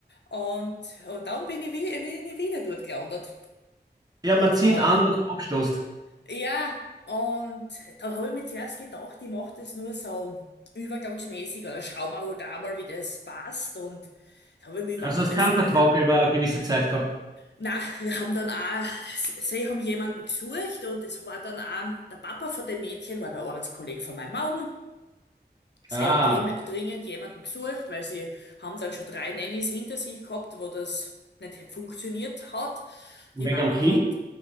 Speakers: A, on the left; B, on the right.
A: und, und dann bin ich, wie, bin ich wieder dort gelandet.
B: Ja, man zieht
A: Und
B: an, was man abstoßt.
A: ja, und dann habe ich mir zuerst gedacht, ich mache das nur so übergangsmäßig oder schau mal halt auch mal, wie das passt. Und das habe ich mir überhaupt
B: Also es
A: nicht
B: kann
A: vor,
B: Vertrag über eine gewisse Zeit gehabt.
A: Na, wir haben dann auch, sie haben jemanden gesucht und es war dann auch, der Papa von dem Mädchen war der Arbeitskollege von meinem Mann. Sie
B: Ah,
A: haben drin- dringend jemanden gesucht, weil sie haben dann schon drei Nannies hinter sich gehabt, wo das nicht funktioniert hat.
B: und
A: Die
B: wegen
A: Mama
B: am Kind?
A: hat,